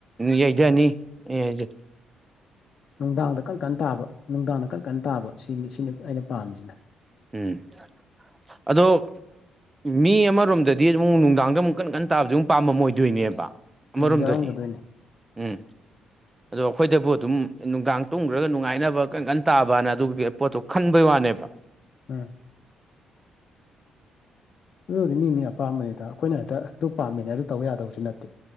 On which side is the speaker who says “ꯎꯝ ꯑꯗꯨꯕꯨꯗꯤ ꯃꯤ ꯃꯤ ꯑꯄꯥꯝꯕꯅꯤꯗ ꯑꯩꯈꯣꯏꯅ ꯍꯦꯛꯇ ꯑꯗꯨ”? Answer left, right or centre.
Left